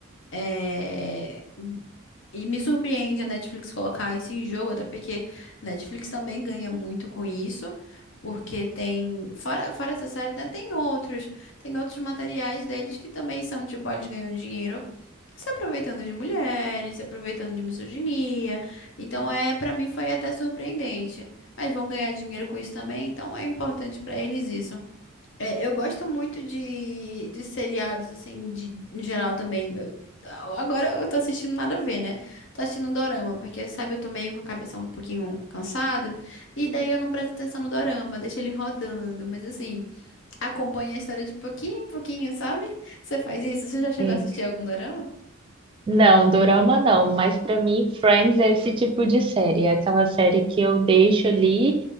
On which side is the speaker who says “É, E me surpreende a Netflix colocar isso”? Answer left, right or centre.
Left